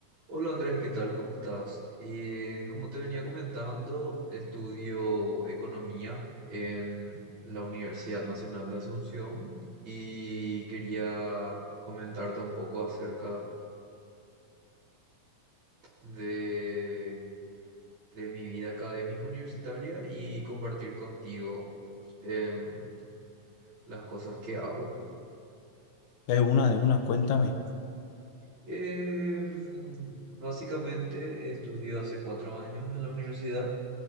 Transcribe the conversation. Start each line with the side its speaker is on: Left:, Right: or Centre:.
Right: Hola Andrés, ¿qué tal? ¿Cómo estás? Eh, como te venía comentando, estudio economía en la Universidad Nacional de Asunción y quería comentarte un poco acerca de, de mi vida académica universitaria y compartir contigo em, las cosas que hago.
Left: De una, de una, cuéntame.
Right: Em, básicamente estudio hace cuatro años en la universidad.